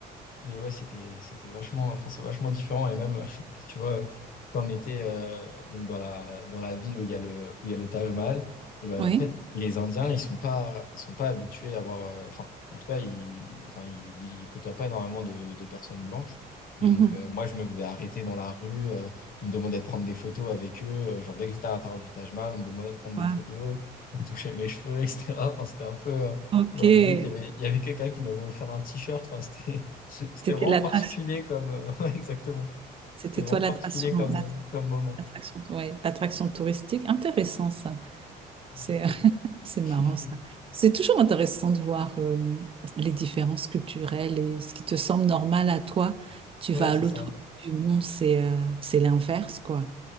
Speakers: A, on the left (about 55°); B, on the right (about 35°).
A: Mais ouais, c'était c'était vachement, enfin, c'est vachement différent. Et même, <laughs> tu vois, quand on était euh, donc dans la, dans la ville où il y a le, où il y a le Taj Mahal, et ben,
B: oui.
A: en fait, les Indiens, ils sont pas, ils sont pas habitués à avoir. euh, Enfin, en tout cas, ils, enfin, ils, ils côtoient pas énormément de, de personnes blanches. Et
B: Mhm.
A: donc, euh, moi, je me faisais arrêter dans la rue. euh, on me demandait de prendre des photos avec eux. euh, Genre, dès que j'étais à l'intérieur du Taj Mahal, on me demandait de prendre
B: Wow.
A: des photos. On me touchait mes cheveux, <laughs> etc. Enfin, c'était un peu. euh,
B: Ok,
A: genre,
B: c'était
A: limite, il y avait, il y avait quelqu'un qui m'avait offert un t-shirt. Enfin, c'était. C'est- C'était vraiment
B: l'attraction.
A: particulier comme. euh, <laughs> ouais, exactement.
B: C'était
A: C'était vraiment
B: toi l'attraction,
A: particulier comme,
B: l'attra-
A: euh, comme moment.
B: l'attraction, ouais, attraction touristique. Intéressant ça.
A: Exactement.
B: C'est, <laughs> c'est marrant
A: <laughs>
B: ça. C'est toujours intéressant de voir euh, les différences culturelles et ce qui te semble normal à toi, tu
A: Ouais,
B: vas à
A: c'est
B: l'autre
A: ça.
B: bout du monde, c'est euh, c'est l'inverse quoi.